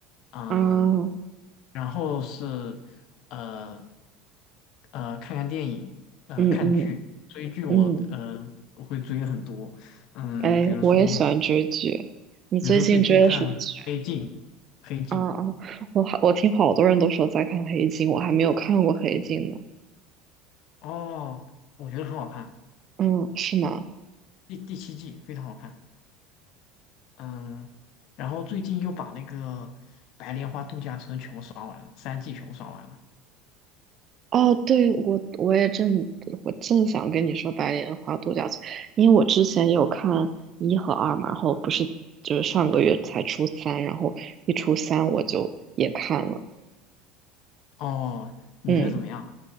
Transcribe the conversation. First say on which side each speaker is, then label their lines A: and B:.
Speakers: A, on the left; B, on the right.
A: 嗯，
B: 啊
A: 然后是呃呃看看电影，呃看剧，
B: 嗯嗯
A: 追剧我呃会追很多，
B: 嗯，
A: 嗯，
B: 哎，
A: 比如说。
B: 我也喜欢追剧。你最近追的什么剧？
A: 比如说最近看《黑镜》，《黑镜》
B: 啊啊，我好，我听好多人都说在看《黑镜》，我还没有看过《黑镜》呢。
A: 哦，我觉得很好看，
B: 嗯，是吗？
A: 第第七季非常好看。嗯，然后最近又把那个《白莲花度假村》全部刷完了，三季全部刷完了。
B: 哦，对，我我也正我正想跟你说白莲花度假村，因为我之前有看一和二嘛，然后不是就是上个月才出三，然后一出三我就也看了，
A: 哦，你觉得怎么样？
B: 嗯。